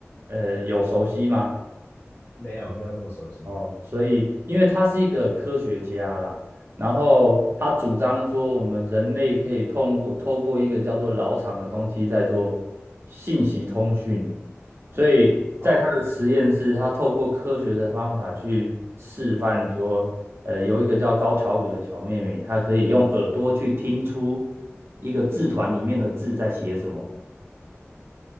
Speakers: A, on the right; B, on the left.
A: 呃，有熟悉吗？
B: 没有没有那么熟悉。
A: 哦，所以因为他是一个科学家啦，然后他主张说我们人类可以通过透过一个叫做扰场的东西在做信息通讯。所以在他的实验室，
B: 哦，
A: 他透过科学的方法去示范说，呃，有一个叫高桥舞的小妹妹，她可以用耳朵去听出一个字团里面的字在写什么。